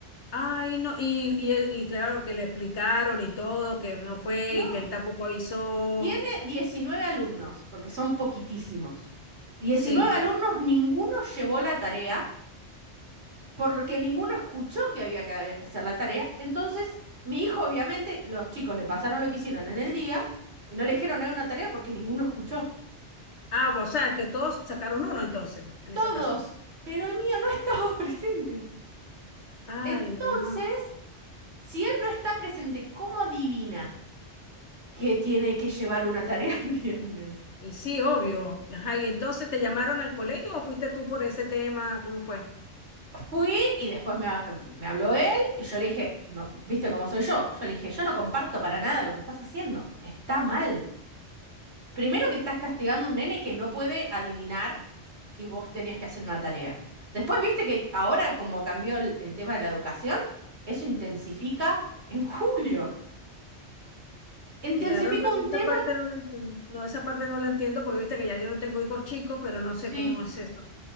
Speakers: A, on the left; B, on the right.
A: Ay, no, y, y, eh, y claro que le explicaron y todo, que no fue
B: No,
A: y que él tampoco avisó.
B: Tiene 19 alumnos, porque son poquitísimos. diecinueve
A: Sí.
B: alumnos, ninguno llevó la tarea, porque ninguno escuchó que había que hacer la tarea. Entonces, mi hijo, obviamente, los chicos le pasaron lo que hicieron en el día y no le dijeron "No hay una tarea porque ninguno escuchó.
A: Ah, o sea, que todos sacaron uno entonces, en
B: todos,
A: ese caso.
B: pero el mío no estaba <laughs> presente.
A: Ay,
B: Entonces,
A: no.
B: si él no está presente, ¿cómo adivina que tiene que llevar una tarea <laughs> el viernes?
A: Y sí, obvio. Ajá, y entonces te llamaron al colegio o fuiste tú por ese tema, ¿cómo fue?
B: Fui y después me, ha- me habló él y yo le dije, no, ¿viste cómo soy yo? Yo le dije, yo no comparto para nada lo que estás haciendo. Está mal. Primero que estás castigando a un nene que no puede adivinar que vos tenías que hacer una tarea. Después, viste que ahora como cambió el, el tema de la educación, eso intensifica en julio. Intensifica
A: Claro, no,
B: un
A: esa
B: tema,
A: parte no la entiendo. No, esa parte no la entiendo porque viste que ya yo no tengo hijos chicos, pero no sé
B: sí.
A: cómo es eso.